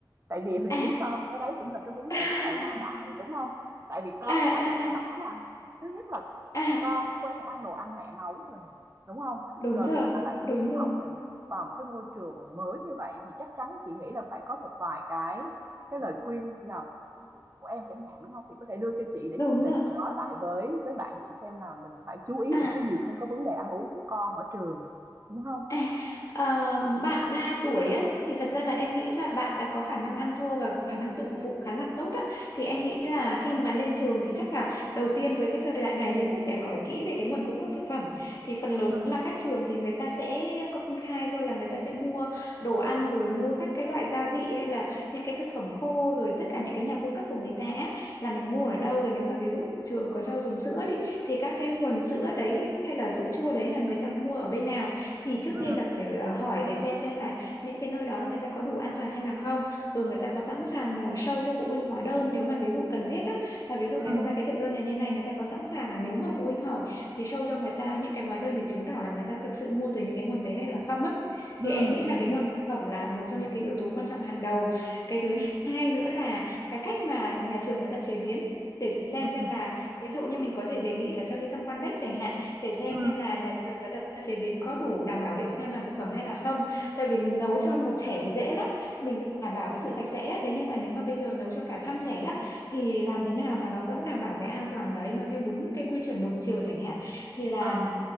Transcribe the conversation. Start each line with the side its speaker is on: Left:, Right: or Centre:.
Right: Tại vì Huyền
Left: à
Right: biết sao hông? Cái đấy cũng là cái vấn
Left: <laughs>
Right: đề rất là lo ngại, đúng không Tại vì con
Left: à à
Right: á,
Left: à
Right: nhỏ
Left: à
Right: mà, thứ nhất là
Left: à.
Right: con quen ăn đồ ăn mẹ nấu rồi này đúng không
Left: đúng
Right: rồi
Left: rồi
Right: bây giờ lại đi
Left: đúng rồi
Right: học này vào một cái môi trường mới như vậy thì chắc chắn chị nghĩ là phải có một vài cái cái lời khuyên nào của của, của em chẳng hạn đúng không thì có thể đưa cho chị để
Left: đúng
Right: chị về
Left: rồi
Right: chị nói lại với với bạn chị xem là mình phải chú ý
Left: à
Right: những cái gì trong cái vấn đề ăn uống của con ở trường đúng không
Left: À, ờ, bạn 3 tuổi á, thì thật ra là em nghĩ là bạn đã có khả năng ăn thô và khả năng tự phục vụ khá là tốt á. Thì em nghĩ là khi mà lên trường thì chắc là đầu tiên với cái thời đại này thì chắc phải hỏi kỹ về cái nguồn cung cấp thực phẩm. Thì phần lớn
Right: ừ
Left: là các trường thì người ta sẽ công khai thôi là người ta sẽ mua đồ ăn rồi mua các cái loại gia vị hay là những cái thực phẩm khô rồi tất cả những cái nhà cung cấp của người ta á, là mình mua ở đâu rồi nếu mà ví dụ trường có cho dùng sữa đi thì các cái nguồn sữa đấy hay là sữa chua đấy là người ta mua ở bên nào thì trước
Right: ừ
Left: tiên là phải ờ, hỏi để xem xem là những cái nơi đó người ta có đủ an toàn hay là không rồi người ta có sẵn sàng ờ, show cho phụ huynh hóa đơn nếu mà ví dụ cần thiết á là ví dụ
Right: ừ
Left: ngày hôm nay cái thực đơn này như này người ta có sẵn sàng là nếu mà phụ huynh hỏi thì show cho người ta những cái hóa đơn để chứng tỏ là người ta thực sự mua từ những cái nguồn đấy hay là không á
Right: ừ
Left: thì em nghĩ là cái nguồn thực phẩm là một trong những cái yếu tố quan trọng hàng đầu cái thứ hai nữa là cái cách mà nhà trường người ta chế biến để xem
Right: ừ
Left: xem là ví dụ như mình có thể đề nghị là cho đi tham quan bếp chẳng hạn để xem
Right: ừ
Left: xem là nhà trường người ta chế biến có đủ đảm bảo vệ sinh an toàn thực phẩm hay là không tại vì mình nấu cho một trẻ thì dễ lắm mình đảm bảo cái sự sạch sẽ thế nhưng mà nếu mà bây giờ nấu cho cả trăm trẻ á thì làm thế nào mà nó vẫn đảm bảo cái an toàn đấy nó theo đúng cái quy chuẩn một chiều chẳng hạn thì là
Right: À,